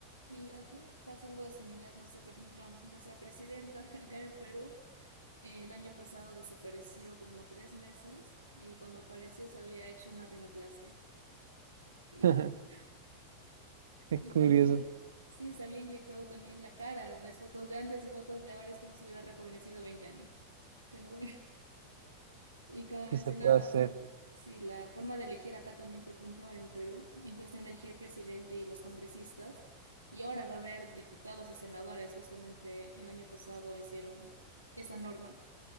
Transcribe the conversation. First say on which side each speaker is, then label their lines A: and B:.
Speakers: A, on the right; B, on the right.
A: Sí, aquí pasa algo similar, no sé, por ejemplo, nuestra presidenta <laughs> acá en Perú eh, el año pasado desapareció como tres meses y cuando apareció se había hecho una rinoplastia. Y
B: <laughs>
A: bueno,
B: Es
A: Y
B: curioso
A: también, sí, se había inyectado también la cara. Ves fotos de antes y fotos de ahora, es como si hubiera rejuvenecido 20 años. Pero bueno, <laughs> y como
B: que
A: mencionabas,
B: se pueda hacer.
A: ¿no? Sí, la forma de elegir acá también, por ejemplo, en Perú, en cuestión de elegir presidente y los congresistas, y ahora va a haber diputados y senadores, justamente el año pasado hicieron esa norma